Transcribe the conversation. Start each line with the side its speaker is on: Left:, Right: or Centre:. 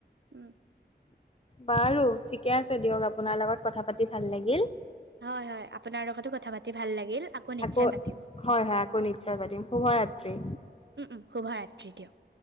Right: উম
Left: বাৰু ঠিকে আছে দিয়ক আপোনাৰ লগত কথা পাতি ভাল লাগিল।
Right: হয় হয়, আপোনাৰ লগতো কথা পাতি ভাল লাগিল। নিশ্চয়
Left: আকৌ
Right: পাতিম
Left: হয় হয় আকৌ নিশ্চয় পাতিম শুভৰাত্ৰি।
Right: উম উম, শুভৰাত্ৰি দিয়ক।